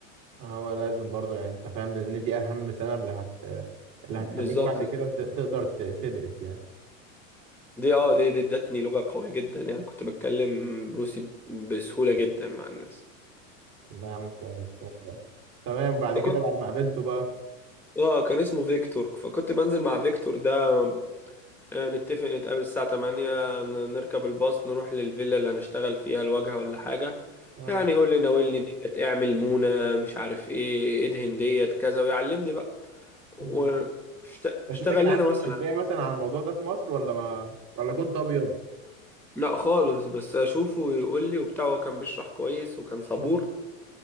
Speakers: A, on the right; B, in the centre.
A: هو لازم برضو يعني انت فاهم لان دي اهم سنه اللي هت اللي
B: بالظبط
A: هتخليك بعد كده ت- تقدر ت- تدرس يعني
B: دي اه دي دي ادتني لغة قوية جدا يعني كنت بتكلم روسي ب- بسهولة جدا مع الناس
A: والله يا عم كويس والله. تمام بعد
B: فكنت
A: كده بعد ما قابلته بقى
B: اه كان اسمه فيكتور فكنت بنزل مع فيكتور ده آه، نتفق نتقابل الساعة 8 ن- نركب الباص نروح للفيلا اللي هنشتغل فيها الواجهة ولا حاجة
A: اه
B: يعني يقول لي ناولني ديت اعمل مونة مش عارف ايه ادهن ديت كذا ويعلمني بقى
A: مم.
B: واشتغل
A: بس انت كان عندك
B: لنا مثلا
A: خلفيه مثلا عن الموضوع ده في مصر ولا ما ولا كنت ابيض
B: لا خالص بس اشوفه ويقول لي وبتاع هو كان بيشرح كويس وكان صبور
A: آه.